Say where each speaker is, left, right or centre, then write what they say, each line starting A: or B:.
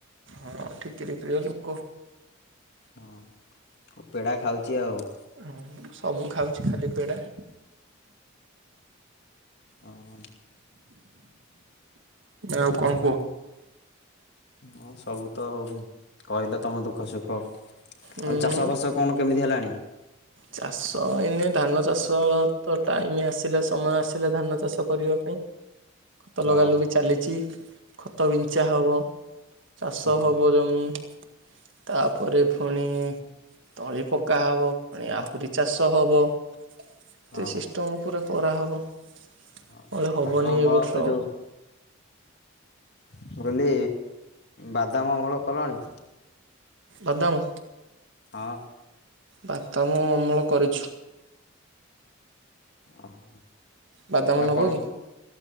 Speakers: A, on the right; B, on the left.
A: ହଁ ଠିକିରି ପ୍ରିୟ ଲୋକ।
B: ହଁ ମୁଁ ପେଡା ଖାଉଚି ଆଉ।
A: ହୁଁ ସବୁ ଖାଉଛି ଖାଲି ପେଡା।
B: ଅଁ ହଁ।
A: ଆଉ କଣ କୁହ।
B: ହଁ ସବୁ ତ ଆଉଁ। କହିଲ ତମ ଦୁଃଖ ସୁଖ ଆଉ
A: ଉଁ
B: ଚାଷ ବାସ କଣ କେମିତି ହେଲାଣି।
A: ଚାଷ ଏଇନେ ଧାନ ଚାଷ ତ ଟାଇମ୍ ଆସିଲା ସମୟ ଆସିଲା ଧାନ ଚାଷ କରିବା ପାଇଁ। ଖତ
B: ହଁ
A: ଲଗା ଲଗି ଚାଲିଛି ଖତ ବିଞ୍ଚା ହବ ଚାଷ
B: ହଁ
A: ହବ। ଜମି ତାପରେ ଫୁଣି ତଳି ପକା ହବ। ପୁଣି ଆହୁରି ଚାଷ ହବ କେତେ
B: ହଁ
A: ସିଷ୍ଟମ୍ ପୁରା କରା ହବ। ତଳି
B: ହଁ
A: ହବନି
B: ଧାନ ଅମଳ
A: ଏଇ ବର୍ଷ।
B: ଏ ଯୋଉ ମୁଁ କହିଲି ବାଦାମ ଅମଳ କଲଣି।
A: ବାଦାମ।
B: ହଁ।
A: ବାଦାମ ଅମଳ କରିଛୁ।
B: ଓହୋ
A: ବାଦାମ
B: ଆଉ
A: ନବ
B: କଣ
A: କି?